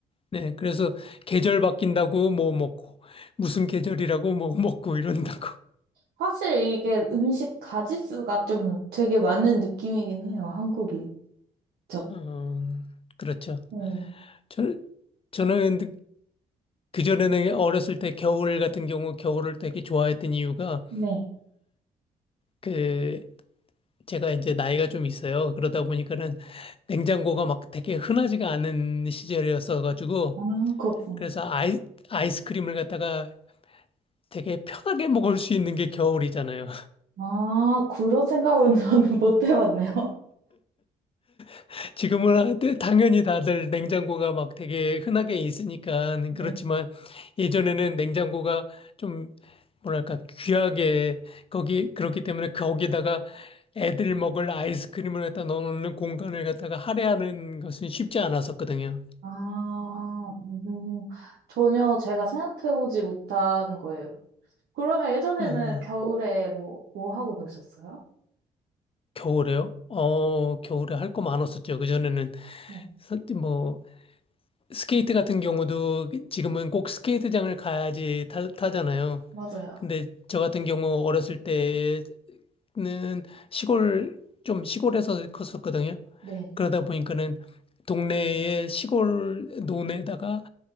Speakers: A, on the left; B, on the right.
A: 네, 그래서 계절 바뀐다고 뭐 먹고, 무슨 계절이라고 뭐 <laughs> 먹고 이런다고.
B: 확실히 이게 음식 가짓수가 좀 되게 많은 느낌이긴 해요, 한국이. 그쵸?
A: 음, 그렇죠.
B: 네.
A: 저, 저는 그전에는 어렸을 때 겨울 같은 경우 겨울을 되게 좋아했던 이유가
B: 네.
A: 그 제가 이제 나이가 좀 있어요. 그러다 보니까는 냉장고가 막 되게 흔하지가 않은 시절이었어가지고,
B: 아, 그렇구나.
A: 그래서 아이, 아이스크림을 갖다가 되게 편하게 먹을 수 있는 게 겨울이잖아요.
B: 아, 그런 생각은 <laughs> 저는 못 해봤네요.
A: <laughs> 지금은 아- 네, 당연히 다들 냉장고가 막 되게 흔하게 있으니까
B: 네.
A: 그렇지만 예전에는 냉장고가 좀 뭐랄까 귀하게 거기 그렇기 때문에 거기다가 애들 먹을 아이스크림을 갖다 넣어놓는 공간을 갖다가 할애하는 것은 쉽지 않았었거든요.
B: 아, 음, 전혀 제가 생각해보지 못한 거예요. 그러면 예전에는
A: 어.
B: 겨울에 뭐, 뭐 하고 노셨어요?
A: 겨울에요? 어, 겨울에 할 거 많았었죠. 그전에는
B: 네.
A: 서- 뭐 스케이트 같은 경우도 지금은 꼭 스케이트장을 가야지 타, 타잖아요.
B: 맞아요.
A: 근데 저 같은 경우 어렸을 때는 시골 좀 시골에서 컸었거든요.
B: 네.
A: 그러다 보니까는 동네에 시골 논에다가